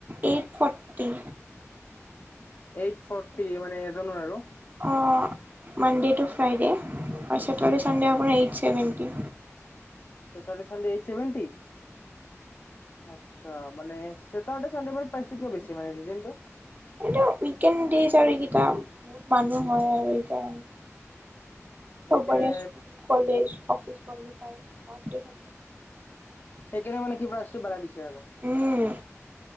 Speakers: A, on the right (about 35°); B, on the left (about 45°).
A: Eight forty.
B: এইট ফৰ্টি মানে এজনৰ আৰু।
A: অ মানডে টু ফ্ৰাইডে আৰু ছেটাৰডে চানডে আপোনাৰ এইট ছেভেণ্টি।
B: চেটাৰৰ্ডে চানডে এই ছেভেনটি। আচ্ছা মানে চটাৰৰ্ডে চানডে মানে প্ৰাইচতো কিয় বেছি, মানে ৰিজনটো।
A: এইটো উইকেণ্ড ডেইজ আৰু এইকেইটা বহুত মানুহ হয় আৰু এই কাৰণে।
B: সেইকাৰণে
A: চবৰে স্কুল কলেজ অফিচ বন্ধ পায়, ভৰ্তি থাকে।
B: সেইকাৰণে মানে কি প্ৰাইজটো বঢ়াই দিছে আৰু।
A: উম